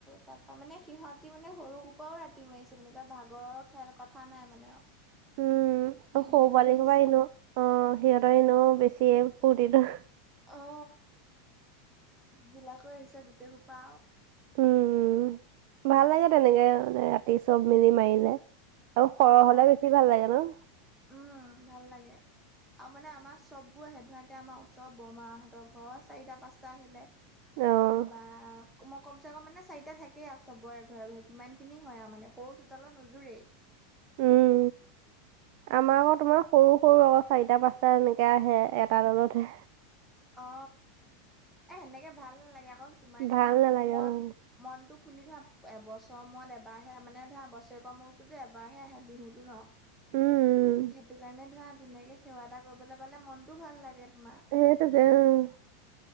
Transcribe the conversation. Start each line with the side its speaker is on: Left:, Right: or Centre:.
Centre: তাৰ পৰা মানে সিহঁতি মানে সৰু সোপাও ৰাতি মাৰিছে মানে ত ভাগৰক খেল কথা নাই মানে
Right: উম সৰু
Centre: সিহঁতিও
Right: পোৱালি
Centre: আহিছে
Right: পৰা এনো অ সিহঁতৰ এনো বেছি ফুৰ্তিটো
Centre: অ বিলাকো আহিছে গোটেইসোপা
Right: উম উম ভাল লাগে তেনেকে মানে ৰাতি চব মিলি মাৰিলে আৰু সৰহ
Centre: অ'
Right: হলে
Centre: সেইটোয়েতো।
Right: বেছি ভাল লাগে ন
Centre: উম ভাল লাগে আৰু মানে আমাৰ চববোৰ আহে ধ এতিয়া আমাৰ ওচৰৰ বৰমাহঁতৰ ঘৰৰ চাৰিটা পাঁচটা আহিলে
Right: অ',
Centre: বা মই কমচে কম মানে চাৰিটা থাকেই আৰু চবৰে ঘৰেঘৰে কিমান খিনি হয় আৰু মানে সৰু চোতালৰ নোযোৰেই
Right: উম। আমাৰ আক তোমাৰ সৰু সৰু আকৌ চাৰিটা পাঁচটা এনেকে আহে এটা দলতহে
Centre: অ এ সেনেকে ভাল নালাগে আক তোমাৰ এতিয়া
Right: ভাল
Centre: ধৰা
Right: নালাগে
Centre: মন
Right: অ', উম,
Centre: মনটো খুলি ধৰা এবছৰৰ মূৰত এবাৰহে মানে ধৰা বছৰেকৰ মূৰততো এবাৰহে আহে বিহুটো ন
Right: উম,
Centre: সেইটো কাৰণে ধৰা ধুনীয়াকে সেৱা এটা কৰিবলৈ পালে মনটোও ভাল লাগে তোমাৰ
Right: সেইটোৱেতো অ